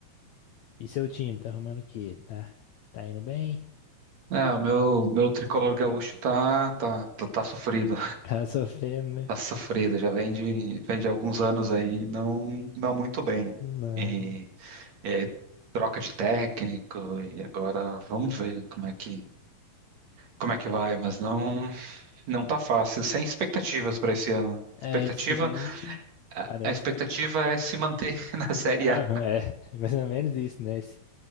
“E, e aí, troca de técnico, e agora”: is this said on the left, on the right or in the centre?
Right